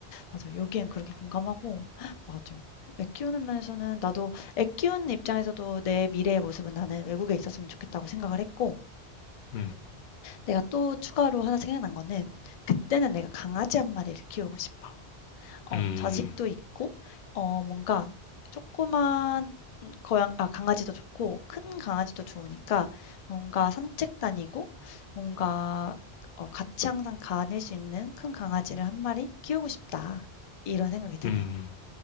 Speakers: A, on the left; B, on the left.
A: 맞아. 여기엔 그렇게 공감하고 <gasps> <laughs> 맞아. 애 키우는 면에서는 나도 애 키우는 입장에서도 내 미래의 모습은 나는 외국에 있었으면 좋겠다고 생각을 했고
B: 음,
A: 내가 또 추가로 하나 생각난 거는 그때는 내가 강아지 한 마리를 키우고 싶어. 어
B: 음,
A: 자식도 있고 어 뭔가 조그만 고양 아 강아지도 좋고 큰 강아지도 좋으니까 뭔가 산책 다니고 뭔가 어 같이 항상 가닐 수 있는 큰 강아지를 한 마리 키우고 싶다. 이런 생각이 드네.
B: 음.